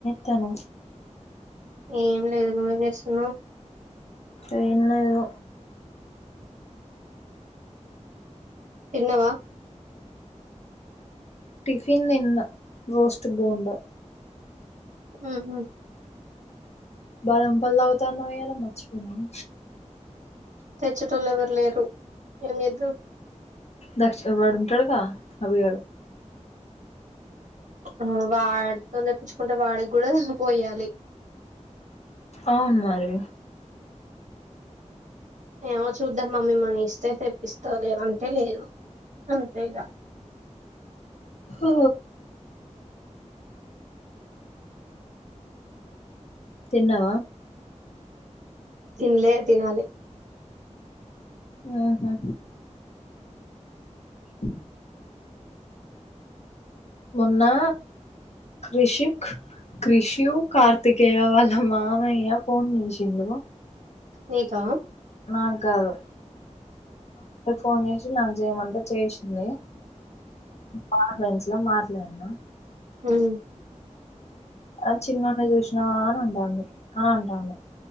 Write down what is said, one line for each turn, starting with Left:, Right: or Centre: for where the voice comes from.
Left: తను
Right: ఏం లేదు నువ్వేం చేస్తున్నావ్
Left: ఏం లేదు
Right: తిన్నవా
Left: టిఫిన్ నిన్న రోస్ట్ బోండ
Right: ఉహు
Left: బాదం పాలు తాగుతా అన్నవ్ ఇయ్యాల మర్చిపోయినవా
Right: తెచ్చేటొళ్ళు ఎవరు లేరు ఏం చేద్దం
Left: దక్షి వాడు ఉంటాడుగా అబి గాడు
Right: ఆ వాడితో తెప్పించుకుంటే వాడికి కూడా పోయాలి
Left: అవును మరి
Right: ఏమో చూద్దాం మమ్మీ మనీ ఇస్తే తెప్పిస్తా లేదంటే లేదు అంతే ఇగ
Left: ఓ తిన్నావా
Right: తిన్లే తినాలి
Left: ఆహా హ మొన్నా కృషు క్రిష్యు కార్తికేయ వాళ్ళ మామయ్య ఫోన్ చేసిండు
Right: నీకా
Left: నాకు కాదు ఫోన్ చేసి నాకు చేయమంటే చేసింది బ పెం ఇట్లా మాట్లాడినా
Right: హ్మ్
Left: అ చిన్నన్న చూసినావా అని అంటాంది అని అంటాను